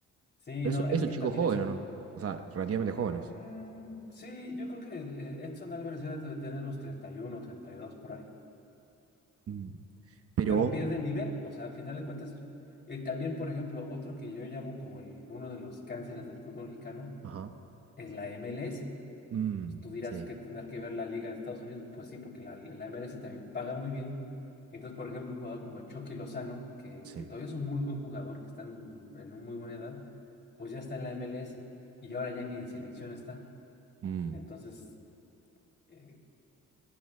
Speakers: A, on the left (about 35°); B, on the right (about 50°).
A: Sí,
B: pero
A: no,
B: es,
A: es
B: es un
A: que
B: chico
A: también
B: joven,
A: eso.
B: ¿o no? O sea, relativamente jóvenes.
A: mm, sí, yo creo que eh, Edson Álvarez ya debe tener los treinta treinta y uno treinta y dos por ahí.
B: Mm, Pero,
A: Pero pierde nivel, o sea, al final de cuentas. eh, también, por ejemplo, otro que yo llamo como el, uno de los cánceres del fútbol mexicano
B: ajá.
A: es la MLS.
B: mm,
A: Pues Tú dirás
B: sí,
A: que tener que ver la Liga de Estados Unidos, pues sí, porque la, la MLS también paga muy bien. Y entonces, por ejemplo, un jugador como Chucky Lozano, que,
B: sí.
A: que todavía es un muy buen jugador, que está en, en una muy buena edad, pues ya está en la MLS y ahora ya ni en selección está.
B: mm,
A: Entonces, eh,